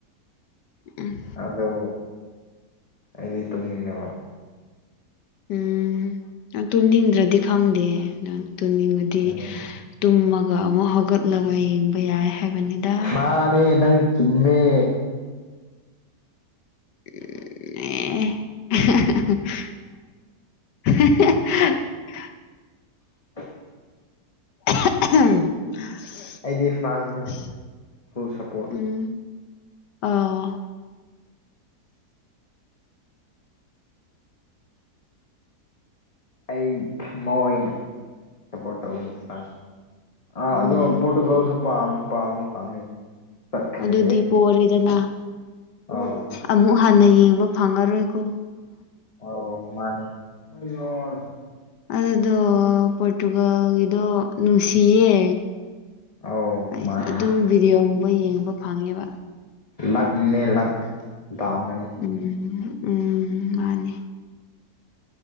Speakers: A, on the left; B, on the left.
A: ꯎꯝ
B: ꯑꯗꯣ ꯑꯩꯗꯤ ꯇꯨꯝꯅꯤꯡꯉꯦꯕ
A: ꯎꯝ ꯅꯪ ꯇꯨꯝꯅꯤꯡꯗ꯭ꯔꯗꯤ ꯈꯪꯗꯦ ꯅꯪ ꯇꯨꯅꯤꯡꯉꯥꯗꯤ
B: ꯎꯝ
A: ꯇꯨꯝꯃꯒ ꯑꯃꯨꯛ ꯍꯧꯒꯠꯂꯒ ꯌꯦꯡꯕ ꯌꯥꯏ ꯍꯥꯏꯕꯅꯤꯗ
B: ꯃꯥꯅꯦ ꯅꯪ ꯆꯨꯝꯃꯦ
A: ꯑꯦ <unintelligible>
B: <inaudible>
A: <unintelligible>
B: ꯑꯩꯗꯤ ꯐ꯭ꯔꯥꯟꯁꯅꯦ ꯐꯨꯜ ꯁꯞꯄꯣꯔꯠ
A: ꯎꯝ ꯑꯥ
B: ꯑꯩ ꯊꯃꯣꯏꯅ ꯁꯞꯄꯣꯔꯠ ꯇꯧꯕꯒꯤ ꯐꯔꯥꯟꯁ ꯑꯥ
A: ꯎꯝ
B: ꯑꯗꯣ ꯄꯣꯔꯇꯨꯒꯜꯁꯨ ꯄꯥꯝ ꯄꯥꯝꯗꯤ ꯄꯥꯝꯃꯦ ꯆꯠꯈ꯭ꯔꯦ
A: ꯑꯗꯨꯗꯤ ꯄꯣꯔꯦꯗꯅ
B: ꯑꯧ
A: ꯑꯃꯨꯛ ꯍꯟꯅ ꯌꯦꯡꯕ ꯐꯪꯉꯔꯣꯏꯀꯣ
B: <unintelligible>
A: ꯑꯗꯨꯗꯣ ꯄꯣꯔꯇꯨꯒꯜꯒꯤꯗꯣ ꯅꯨꯡꯁꯤꯌꯦ
B: ꯑꯧ
A: ꯑꯩ
B: ꯃꯥꯅꯦ
A: ꯑꯗꯨꯝ ꯚꯤꯗꯤꯑꯣ ꯒꯨꯝꯕ ꯌꯦꯡꯕ ꯐꯪꯉꯦꯕ
B: ꯂꯛꯅꯦ ꯂꯛ ꯗꯥꯎꯅ ꯅꯥꯠ
A: ꯎꯝ ꯎꯝ ꯃꯥꯅꯦ